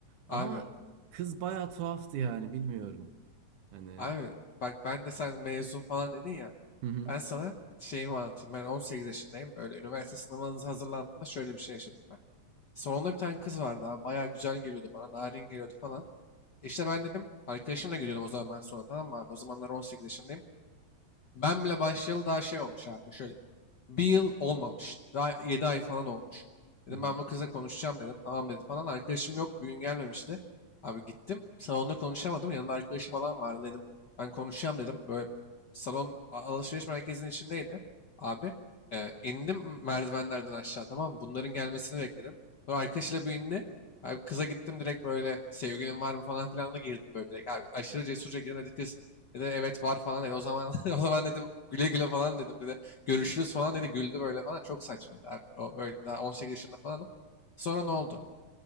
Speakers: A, on the right (about 85°); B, on the left (about 70°).
A: Ama
B: Abi.
A: kız bayağı tuhaftı yani bilmiyorum. Hani
B: Abi bak ben de sen mezun falan dedin ya.
A: hı hı
B: Ben sana şeyimi anlatayım. Ben 18 yaşındayım. Böyle üniversite sınavınıza hazırlandığımda şöyle bir şey yaşadım ben. Salonda bir tane kız vardı abi. Bayağı güzel geliyordu bana. Narin geliyordu falan. E İşte ben dedim. Arkadaşımla gidiyordum o zaman ben sonra tamam mı abi? O zamanlar 18 yaşındayım. Ben bile başlayalı daha şey olmuş abi. Şöyle bir yıl olmamış. Daha 7 ay falan olmuş. Dedim
A: hı hı
B: ben bu kıza konuşacağım dedim. Tamam dedi falan. Arkadaşım yok. Bugün gelmemişti. Abi gittim. Salonda konuşamadım. Yanında arkadaşı falan vardı dedim. Ben konuşacağım dedim. Böyle salon alışveriş merkezinin içindeydi. Abi e, indim merdivenlerden aşağı tamam mı? Bunların gelmesini bekledim. Sonra arkadaşıyla bir indi. Abi kıza gittim direkt böyle sevgilin var mı falan filan da girdim böyle direkt. Abi aşırı cesurca girdim dedi kız. Dedi evet var falan dedi. O zaman <laughs> o zaman dedim güle güle falan dedim. Dedi görüşürüz falan dedi güldü böyle falan. Çok saçmaydı abi. O öyle daha 18 yaşında falanım. Sonra ne oldu?